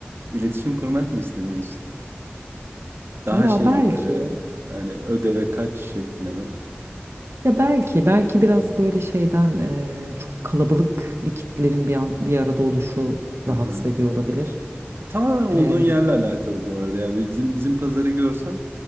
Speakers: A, on the right; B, on the right.
A: iletişim kurmak mı istemiyorsun? Daha
B: Ya
A: şey
B: belki,
A: mi böyle hani ödeve kaç şeklinde mi?
B: ya belki, belki biraz böyle şeyden e, çok kalabalık bir kitlenin bir, an, bir arada oluşu
A: Hı
B: rahatsız
A: hı.
B: ediyor olabilir.
A: E, Tamamen olduğun
B: E,
A: yerle alakalı bu arada. Yani bizim bizim pazarı görsen